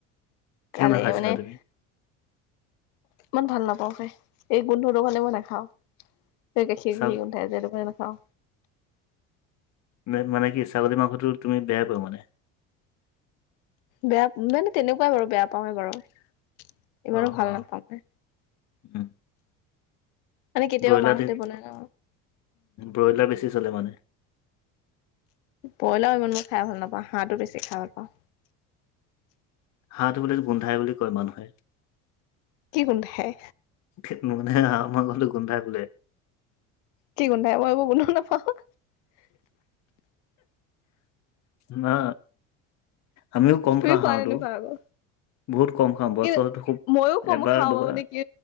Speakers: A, on the left; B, on the left.
A: কিয়
B: খালে
A: নাখাইছিলা
B: মানে
A: তুমি
B: - ইমান ভাল নাপাও খাই, এই গোন্ধটো কাৰণে মই নাখাওঁ। এই গাখীৰ
A: চাক
B: গাখীৰ গোন্ধাই যে সেইটো কাৰণে নাখাওঁ।
A: নে মানে কি ছাগলী মাংসটো তুমি বেয় পাোৱা মানে?
B: বেয়া মানে তেনেকুৱাই বাৰু বেয়া পাওৱে বাৰু। ইমানো
A: অঁ
B: ভাল
A: অঁ,
B: নাপাওঁ মই
A: ওম।
B: মানে কেতিয়াবা
A: ব্ৰইলাৰটো,
B: মাহঁতে বনাই ন
A: ব্ৰইলাৰ বেছি চলে মানে?
B: ব্ৰইলাৰ‌ও ইমান মই খাই ভাল নাপাওঁ, হাঁহটো বেছি খাই ভাল পাওঁ।
A: হাঁহটো বুলে গোন্ধাই বুলি কয় মানুহে!
B: কি গোন্ধাই?
A: ঠেইৎ নোগোন্ধাই হাঁহ মাংসটো গোন্ধাই বোলে।
B: কি গোন্ধাই মই এইবোৰ গোন্ধ নাপাওঁ
A: না আমিও কমকে
B: তুমি খোৱা
A: হাঁহটো
B: নে নোখোৱা আকৌ
A: বহুত কম খাওঁ বছৰটো
B: কি
A: খুব
B: মইয়ো কম
A: এবাৰ
B: খাওঁ
A: দুবাৰ
B: বা মানে কি